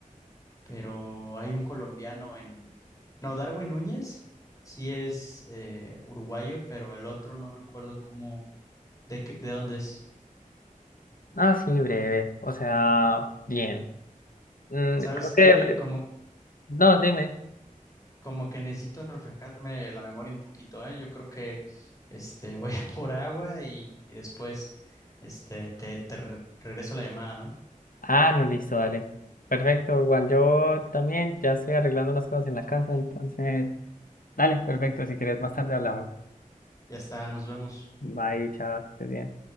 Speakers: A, on the left; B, on the left.
A: pero hay un colombiano en... No, Darwin Núñez sí es eh, uruguayo, pero el otro no recuerdo cómo, de qué- de dónde es.
B: Ah, sí, breve. O sea, bien. Mm,
A: ¿Sabes
B: creo
A: qué?
B: que. bre-
A: Como,
B: No, dime.
A: como que necesito refrescarme la memoria un poquito, ¿eh? Yo creo que este, <laughs> voy a por agua y, y después este, te, te re- regreso la llamada, ¿no?
B: Ah, no, listo, dale. Perfecto, igual yo también ya estoy arreglando unas cosas en la casa, entonces. Dale, perfecto. Si quieres, más tarde hablamos.
A: Ya está, nos vemos.
B: Bye, chao, que estés bien.